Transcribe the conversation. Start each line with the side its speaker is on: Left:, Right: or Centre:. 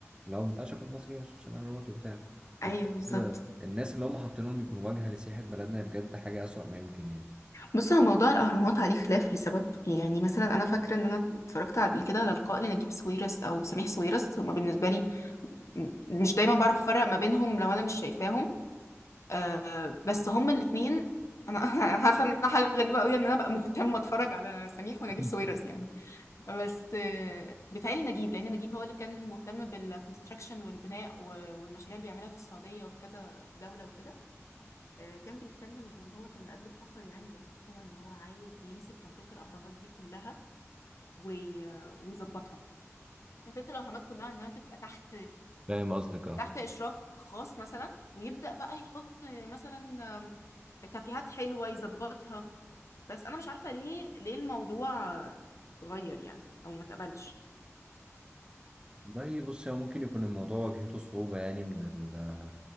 Right: اللي هو ما ينفعش أكون مصري عشان عشان الأهرامات وبتاع وبجد
Left: ايوه بالظبط
Right: آه، الناس اللي هم حاطينهم يكون واجهة لسياحة بلدنا بجد حاجة أسوأ ما يمكن يعني
Left: بص هو موضوع الاهرامات عليه خلاف لسبب يعني مثلا انا فاكره ان انا اتفرجت قبل كده على لقاء لنجيب ساويرس او سميح ساويرس هما بالنسبه لي مش دايما بعرف افرق ما بينهم لو انا مش شايفاهم آه بس هما الاتنين انا <laughs> انا عارفه ان أنا حاجه غريبه قوي ان انا ابقى مهتمه اتفرج على سميح ونجيب
Right: <laughs>
Left: ساويرس يعني بس آه بيتهيألي نجيب لان نجيب هو اللي كان مهتم بالكونستراكشن والبناء و- والمشاريع اللي بيعملها في السعوديه وفي كذا دوله وكده آه كان بيتكلم ان هو كان مقدم اوفر يعني للحكومه ان هو عايز يمسك منطقه الاهرامات دي كلها وي- ويظبطها منطقه الاهرامات كلها انها تبقى تحت
Right: فاهم قصدك اه
Left: تحت إشراف خاص مثلا ويبدأ بقى يحط مثلا آم، تفيهات حلوة يظبطها بس أنا مش عارفة ليه ليه الموضوع آه، اتغير يعني أو ما اتقبلش
Right: والله بص هو ممكن يكون الموضوع واجهته صعوبة يعني من ال-